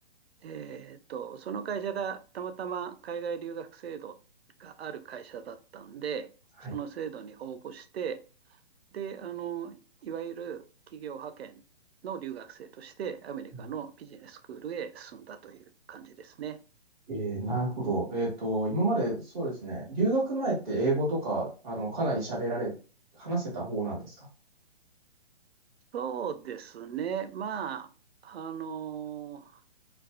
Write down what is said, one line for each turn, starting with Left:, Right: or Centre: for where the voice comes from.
Right: えーと、その会社がたまたま海外留学制度がある会社だったんで、
Centre: はい。
Right: その制度に応募して、で、あの、いわゆる企業派遣の留学生としてアメリカのビジネススクールへ進んだという感じですね。
Centre: うんえーなるほど。えっと、今までそうですね、留学前って英語とか、あの、かなり喋られ、話せた方なんですか
Right: そうですね。まあ、あの、